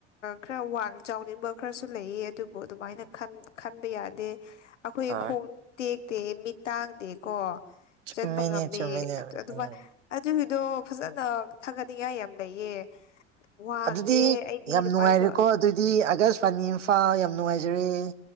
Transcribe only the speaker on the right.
ꯍꯣꯏ
ꯆꯨꯝꯃꯤꯅꯦ
ꯆꯨꯝꯃꯤꯅꯦ
ꯎꯝ
ꯑꯗꯨꯗꯤ
ꯌꯥꯝ
ꯅꯨꯡꯉꯥꯏꯔꯦꯀꯣ
ꯑꯗꯨꯏꯗꯤ ꯑꯒꯁꯋꯥꯅꯤ ꯏꯝꯐꯥꯜ ꯌꯥꯝ ꯅꯨꯡꯉꯥꯏꯖꯔꯦ <inaudible>